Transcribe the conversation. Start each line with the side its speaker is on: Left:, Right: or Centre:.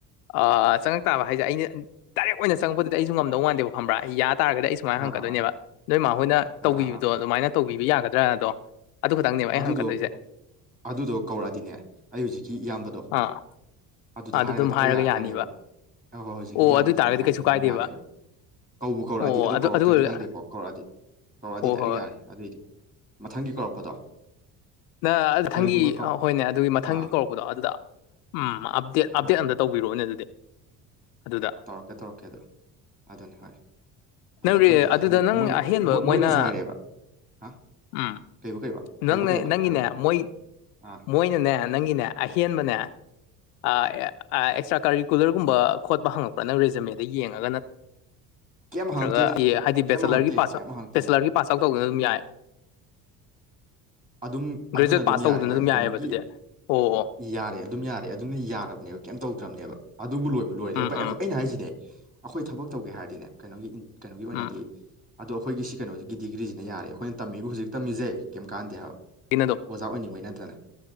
Left: ꯑꯥ ꯆꯪꯉꯛ ꯇꯥꯕ ꯍꯥꯏꯁꯦ ꯑꯩꯅ ꯗꯥꯏꯔꯦꯛ ꯑꯣꯏꯅ ꯆꯪꯉꯛꯄꯗꯨꯗꯤ ꯑꯩꯁꯨ ꯉꯝꯗꯧ ꯃꯥꯟꯗ‌ꯦꯕ ꯈꯪꯕꯔꯥ ꯌꯥ ꯇꯥꯔꯒꯗꯤ ꯑꯩꯁꯨ ꯁꯨꯃꯥꯏꯅ
Right: ꯑꯥ
Left: ꯍꯪꯉꯛꯀꯗꯣꯏꯅꯦꯕ
Right: ꯑꯥ ꯑꯥ
Left: ꯅꯣꯏ ꯃꯥ ꯍꯣꯏꯅ
Right: ꯑꯥ
Left: ꯇꯧꯕꯤꯕꯗꯣ
Right: ꯑꯥ ꯑꯥ
Left: ꯑꯗꯨꯃꯥꯏꯅ ꯇꯧꯕꯤꯕ ꯌꯥꯒꯗ꯭ꯔꯥꯅꯗꯣ ꯑꯗꯨ ꯈꯛꯇꯪꯅꯦꯕ ꯑꯩ
Right: ꯑꯗꯨꯗꯣ
Left: ꯍꯪꯉꯛꯀꯗꯣꯏꯁꯦ
Right: ꯑꯗꯨꯗꯣ ꯀꯧꯔꯛꯑꯗꯤꯅꯦ ꯑꯩ ꯍꯧꯖꯤꯛꯀꯤ ꯏꯌꯥꯝꯕꯗꯣ
Left: ꯑꯥ
Right: ꯑꯗꯨꯗ
Left: ꯑꯗꯨ
Right: ꯍꯥꯏꯔꯒ
Left: ꯑꯗꯨꯝ
Right: ꯗꯥꯏꯔ‌ꯦꯛ ꯌꯥꯔꯛꯀꯅꯦꯕ
Left: ꯌꯥꯅꯤꯕ
Right: ꯑ ꯍꯣꯏ ꯍꯣꯏ ꯍꯧꯖꯤꯛꯀꯤ
Left: ꯑꯣ
Right: ꯏꯌꯥꯝꯕꯗ
Left: ꯑꯗꯨ ꯑꯣꯏꯇꯥꯥꯔꯒꯗꯤ
Right: ꯑꯗꯨꯝ ꯍꯥꯏꯔꯛꯄꯗ
Left: ꯀꯩꯁꯨ ꯀꯥꯏꯗꯦꯕ
Right: ꯑꯗꯨꯝ ꯌꯥꯅꯦꯕ ꯀꯧꯕꯨ ꯀꯧꯔꯛꯑꯗꯤ
Left: ꯑꯣ
Right: ꯑꯗꯣ
Left: ꯑꯗꯨ
Right: ꯀꯧꯔꯛꯇ꯭ꯔꯗꯤ
Left: ꯑꯗꯨ ꯑꯣꯏꯔ
Right: ꯈꯪꯗꯦꯀꯣ ꯀꯧꯔꯛꯑꯗꯤ ꯀꯧꯔꯛꯑꯗꯤ
Left: ꯑꯣ
Right: ꯗꯥꯏꯔ‌ꯦꯛ
Left: ꯍꯣꯏ
Right: ꯌꯥꯔꯦ ꯑꯗꯨꯏꯗꯤ ꯃꯊꯪꯒꯤ ꯀꯧꯔꯛꯄꯗꯣ
Left: ꯅ ꯃꯊꯪꯒꯤ
Right: ꯀꯔꯤꯒꯨꯝꯕ ꯀꯧꯔꯛ
Left: ꯍꯣꯏꯅꯦ ꯑꯗꯨꯒꯤ ꯃꯊꯪꯒꯤ
Right: ꯑꯥ
Left: ꯀꯧꯔꯛꯄꯗꯣ ꯑꯗꯨꯗ ꯎꯝ ꯑꯞꯗꯦꯠ ꯑꯞꯗꯦꯠ
Right: ꯑꯥ
Left: ꯑꯃꯇ ꯇꯧꯕꯤꯔꯛꯑꯣꯅꯦ ꯑꯗꯨꯗꯤ ꯑꯗꯨꯗ
Right: ꯇꯧꯔꯛꯀꯦ ꯇꯧꯔꯛꯀꯦ‌‌ ꯑꯗꯨ ꯑꯗꯨꯅꯤ ꯍꯣꯏ
Left: ꯅꯪ
Right: ꯑꯗꯣ
Left: ꯔꯦ-
Right: ꯈꯪꯗꯦꯍ‌ꯦ
Left: ꯑꯗꯨꯗ
Right: ꯑꯗꯨꯝ
Left: ꯅꯪ
Right: ꯃꯣꯏꯅ
Left: ꯑꯍꯦꯟꯕ ꯃꯣꯏꯅ
Right: ꯃꯣꯏꯅꯁꯨ ꯍꯥꯏꯔꯛꯑꯦꯕ ꯍꯥ
Left: ꯎꯝ
Right: ꯀꯩꯕ ꯀꯩꯕ
Left: ꯅꯪꯅ
Right: ꯀꯩꯕ ꯀꯩꯕ
Left: ꯅꯪꯒꯤꯅꯦ
Right: ꯍꯥꯏꯔꯣꯅꯦ
Left: ꯃꯣꯏ
Right: ꯑꯥ
Left: ꯃꯣꯏꯅꯅꯦ ꯅꯪꯒꯤꯅꯦ ꯑꯍꯦꯟꯕꯅꯦ ꯑꯥ ꯑꯥ ꯑꯦꯛꯁꯇ꯭ꯔꯥ ꯀꯥꯔꯤꯀꯨꯂꯔꯒꯨꯝꯕ ꯈꯣꯠꯄ ꯍꯪꯉꯛꯄ꯭ꯔ ꯅꯪ ꯔꯦꯖꯨꯝꯃꯦꯗ ꯌꯦꯡꯉꯒ‌ ꯅꯠ
Right: ꯀꯩꯝ
Left: ꯅꯠꯇ꯭ꯔꯒ
Right: ꯍꯪꯉꯛꯇꯦꯗ
Left: ꯍꯥꯏꯗꯤ
Right: ꯀꯩꯝ
Left: ꯕꯦꯆꯂꯔꯒꯤ
Right: ꯍꯪꯉꯛꯇꯦ
Left: ꯄꯥꯁ
Right: ꯀꯩꯝ ꯍꯪꯉꯛꯇꯦ
Left: ꯕꯦꯆꯂꯔꯒꯤ ꯄꯥꯁ ꯑꯥꯎꯠ ꯇꯧꯕꯗꯨꯅ ꯑꯗꯨꯝ ꯌꯥꯏ
Right: ꯑꯗꯨꯝ ꯑꯗꯨꯅ
Left: ꯒ꯭ꯔꯦꯖꯨꯋꯦꯠ
Right: ꯑꯗꯨꯝ
Left: ꯄꯥꯁ
Right: ꯌꯥꯔꯦ
Left: ꯇꯧꯗꯨꯅ
Right: ꯍꯣꯏ
Left: ꯑꯗꯨꯝ
Right: ꯀꯩꯅꯣꯒꯤ
Left: ꯌꯥꯏꯑꯕ ꯑꯗꯨꯗꯤ ꯑꯣ ꯑꯣ
Right: ꯌꯥꯔꯦ ꯑꯗꯨꯝ ꯌꯥꯔꯦ ꯑꯗꯨꯅ ꯌꯥꯔꯕꯅꯦꯕ ꯀꯔꯤꯝ ꯇꯧꯗ꯭ꯔꯕꯅꯦꯕ ꯑꯗꯨꯕꯨ ꯂꯣꯏꯕꯨ ꯂꯣꯏꯔꯗꯤ
Left: ꯎꯝ
Right: ꯚꯥꯏ ꯑꯩꯈꯣꯏ
Left: ꯎꯝ
Right: ꯑꯩꯅ ꯍꯥꯏꯁꯤꯅꯦ ꯑꯩꯈꯣꯏ ꯊꯕꯛ ꯇꯧꯒꯦ ꯍꯥꯏꯔꯗꯤꯅꯦ ꯀꯩꯅꯣꯒꯤ ꯀꯩꯅꯣꯒꯤ ꯑꯣꯏꯅꯗꯤ
Left: ꯎꯝ
Right: ꯑꯗꯣ ꯑꯩꯈꯣꯏꯒꯤ ꯁꯤ ꯀꯩꯅꯣꯁꯤꯒꯤ ꯗꯤꯒ꯭ꯔꯤꯁꯤꯅ ꯌꯥꯔꯦ ꯑꯩꯈꯣꯏꯅ ꯇꯝꯃꯤꯕꯨ ꯍꯧꯖꯤꯛ ꯇꯝꯃꯤꯁꯦ ꯀꯩꯝ ꯀꯥꯟꯗꯦ ꯍꯥꯏꯕ
Left: ꯁꯤꯅꯗꯨꯝ
Right: ꯑꯣꯖꯥ ꯑꯣꯏꯅꯤꯡꯕꯩ ꯅꯠꯇꯔ